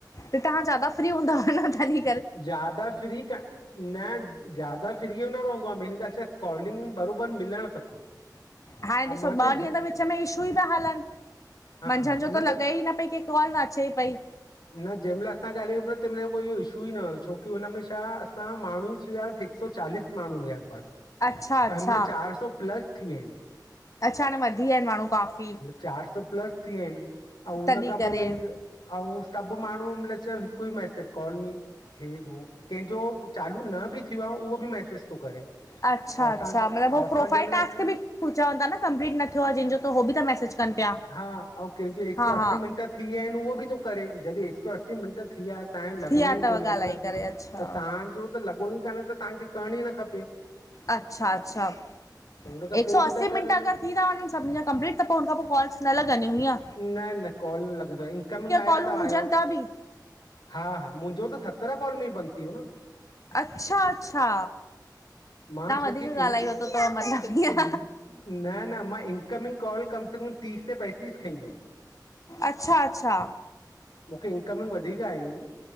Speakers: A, on the left; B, on the left.
A: त तव्हां ज्यादा फ्री हूंदा आहियो न तॾहि
B: ज्यादा फ्री क न ज्यादा फ्री जो न रहंदो आहे मेन ॻाल्हि आहे कॉलिंग बराबरि मिलणु खपे
A: हाणे
B: ऐं
A: ॾिसो
B: मां
A: ॿ
B: छा
A: ॾींहं
B: हे-
A: त विच में इशू ई था हलनि
B: हा
A: मंझंदि
B: हा
A: जो
B: न
A: त लॻे ई न पई की कॉल न अचे पई
B: न जही माल असां ॻाल्हायूं पया तही माल कोई इशू ई न हुओ छोकी हुनमें छा असां माण्हू हुयासीं हिक सौ चालीस माण्हू हुआसीं बसि
A: अच्छा अच्छा
B: हिन माल चार सौ प्लस थी विया आहिन
A: अच्छा हाणे वधी विया आहिनि माण्हू काफ़ी
B: चार सौ प्लस थी विया आहिन ऐं हुन
A: तॾहिं
B: खां
A: करे
B: पोइ मेन त औं सभु माण्हू मतिलब <inaudible> त हिकु ई मैसेज कॉल मी <unintelligible> कंहिंजो चालू न बि थियो आहे उहो बि मैसेज थो करे ऐं
A: अच्छा
B: असां
A: अच्छा
B: ऐं
A: मतिलबु
B: असां
A: प्रोफाइल
B: जंहिंमहिल
A: टास्क बि चवनि था न कंपलीट न थियो आहे जंहिंजो त हो बि मैसेज कनि पिया
B: हा ऐं कंहिंजो हिकु
A: हा
B: सौ असी
A: हा
B: मिंट थी विया आहिन उहो बि थो करे जॾहिं हिकु सौ असी मिंट थी वया ऐं
A: थी
B: लॻणो
A: विया अथव
B: ई कोन्हे
A: ॻाल्हाए
B: त त
A: करे अच्छा
B: तव्हांजो त लॻणो ई कान्हे त तव्हांखे करण ई न खपे
A: अच्छा अच्छा
B: त हुन खां
A: हिक
B: पोइ
A: सौ
B: बि
A: असी
B: था करनि
A: मिंट अगर थी था वञनि सभिनी जा कंपलीट त हुनखां पोइ कॉलस न लॻंदूं हिअ
B: न न काल न लॻंदो इनकमिंग आयव
A: कॉलूं
B: त
A: हुजनि
B: आयव
A: बि
B: हा हा मुंहिंजो त सत्रह कॉल में ही बंद थी वियो न।
A: अच्छा अच्छा तव्हां
B: मां छोकी
A: वधीक ॻाल्हाई
B: इंन
A: वरितो अथव मतिलबु ईअं
B: न-न मां इनकमिंग कॉल तीस ते पैतीस खई हुयूं
A: अच्छा अच्छा
B: मूंखे इनकमिंग ठीक आहियूं,